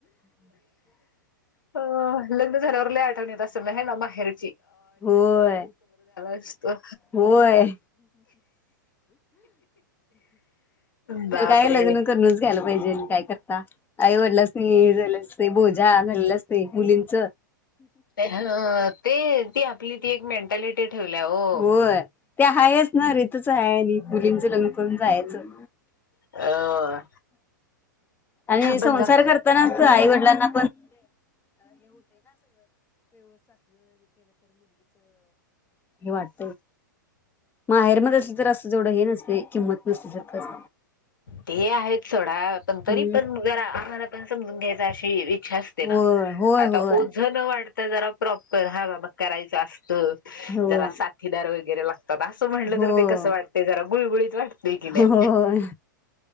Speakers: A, on the left (about 80°); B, on the left (about 20°).
A: अ लग्न झाल्यावर ल आ आ ता सं नाही म नावा बाहेर
B: होय
A: असतं
B: होय
A: बापरे
B: काय लग्न करूनच घ्यायला पाहि. जे म काय करता आईवडला हे झालं बोज जा झाल्लं असते मुलींच
A: ह ते ती आपली ती एक मेंटॅलिटी ठेवल्या हो
B: होय ते हायच ना रीतच आहे आणि मुलीन जलंल पण जायचं
A: अ
B: आणि संसार
A: पण जरा
B: करताना पण आई वडिलांना हे वाटत माहेर मधेच तर असं जवढं हे नसते किंमत नसते तरस
A: ते आहेत सोडा पण तरी
B: हम्म
A: पण जरा आम्हाला पण समजून घ्यायंचअशी असते ना
B: होय
A: आता
B: होय
A: ओझ न वाढ तर जरा प्रॉपर हा बाबा करायचं असतं
B: होय
A: जरा साथीदार वगैरे लागत बाबा असं म्हणलं
B: होय हो
A: तर ते कसं वाटतयं जरा गुळगुळीत वाटते की नय?
B: होय